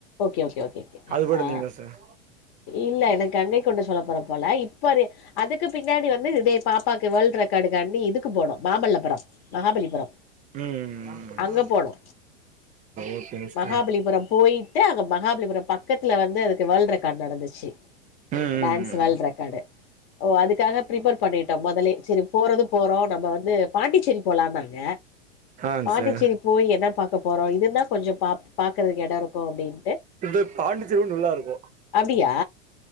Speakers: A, on the left; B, on the right.
A: ஓகே ஓகே ஓகே கே
B: அது போயிட்டு
A: ஆ
B: வந்தீங்களா சார்
A: இல்ல எனக்கு கங்கை கொண்ட சோழபுரம் போல இப்பது அதுக்கு பின்னாடி வந்து இதே பாப்பாக் கு வேர்ல்ட் ரெக்கார்டு காண்டி இதுக்கு போனோ மாமல்லபுரம் மகாபலிபுரம்
B: ம்
A: அங்க போனோ
B: ஓகேங்க சார்
A: மகாபலிபுரம் போயி ட்டு அங்க மகாபலிபுரம் பக்கத்ல வந்து அதுக்கு வேல்ரெக் நடந்துச்சு
B: ம் ம்
A: டான்ஸ்
B: ம்
A: வேர்ல்ட் ரெக்கார்டு ஓ அதுக்காக பிரிபர் பண்ணிட்டோ மொதலே சரி போறது போறோ நம்ம வந்து பாண்டிச்சேரி போலானாங்க
B: ஆ
A: பாண்டிச்சேரி
B: சார்
A: போய் என்னா பாக்க போறோ இதுனா கொஞ்ச பா பாக்கறதுக்கு எடோ இருக்கு அப்டின்
B: இது பாண்டிச்சேரி விட நல்லா இருக்கு
A: அப்டியா